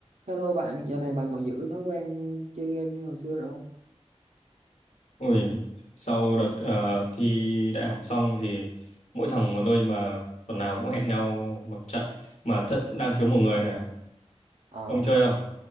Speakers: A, on the right; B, on the left.
A: Hello bạn, dạo này bạn còn giữ thói quen chơi game như hồi xưa nữa không?
B: Ui, sau đợt ờ, thi đại học xong thì mỗi thằng một nơi mà tuần nào cũng hẹn nhau một trận mà thật đang thiếu một người này.
A: À,
B: Ông chơi không?